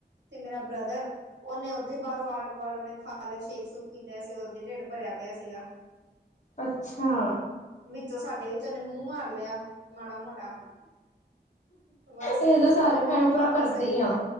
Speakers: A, on the right; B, on the left.
A: ਤੇ ਮੇਰਾ ਬ੍ਰਦਰ, ਉਹਨੇ ਉਦਾ ਬਾਹੋਂ ਆਰ-ਕਥਾਣ ਓਨੇ ਖਾ ਨਾਲੇ ਸ਼ੇਖ- ਸੁਖ ਪੀ ਲਿਆ ਸੀਗਾ, ਉਦੀ ਢਿੱਡ ਭਰਿਆ ਪਿਆ ਸੀਗਾ।
B: ਅੱਛਾ।
A: ਵਿੱਚੋਂ ਸਾਡੇ ਵਿੱਚ ਉਹਨੇ ਮੂੰਹ ਮਾਰ ਲਿਆ ਮਾੜਾ-ਮੋ ਟਾ, ਬਸ
B: ਇਹ ਤਾਂ ਸਾਰੇ
A: ਮੰਮਾ-ਪਾਪਾ
B: ਭੈਣ ਭਰਾ ਕਰਦੇ
A: ਹਾਂ ਸਹੀ
B: ਹੀ ਆ।
A: ਕਿ